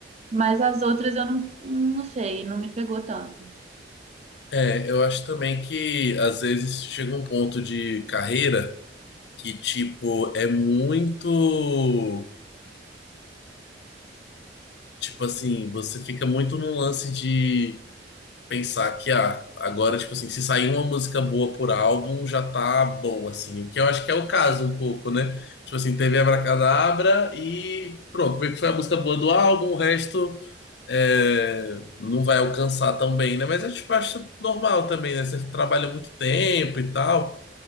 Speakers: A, on the right; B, on the left.
A: Mas as outras eu não, não sei, não me pegou tanto.
B: É, eu acho também que às vezes chega um ponto de carreira que, tipo, é muito Tipo assim, você fica muito num lance de pensar que, ah, agora, tipo assim, se sair uma música boa por álbum, já tá bom, assim. O que eu acho que é o caso um pouco, né? Tipo assim, teve Abracadabra e pronto, meio que foi a música boa do álbum, o resto é, não vai alcançar tão bem, né? Mas eu tipo, acho normal também, né? Você trabalha muito tempo e tal,